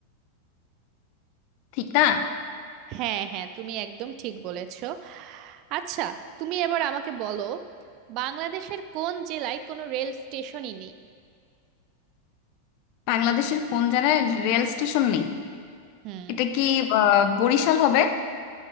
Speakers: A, on the left; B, on the right.
A: ঠিক না
B: হ্যাঁ হ্যাঁ তুমি একদম ঠিক বলেছো আচ্ছা তুমি এবার আমাকে বলো বাংলাদেশের কোন জেলায় কোনো রেল স্টেশনই নেই
A: বাংলাদেশের কোন জায়গায় রেল স্টেশন নেই
B: হুম
A: এটা কি আহ, বরিশাল হবে